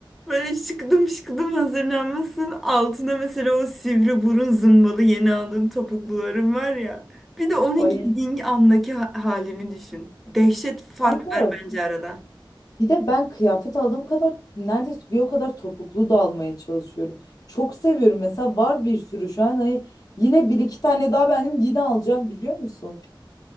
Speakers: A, in the centre; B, on the left.
A: böyle şıkıdım şıkıdım hazırlanmasın. Altına mesela o sivri burun zımbalı yeni aldığın topukluların var ya. Bir de onu
B: Ay
A: giydiğin andaki ha- halini düşün. Dehşet fark
B: kanka
A: var bence arada.
B: Bir de ben kıyafet aldığım kadar neredeyse bir o kadar topuklu da almaya çalışıyorum. Çok seviyorum mesela var bir sürü şu an hani yine bir iki tane daha benim yine alacağım biliyor musun?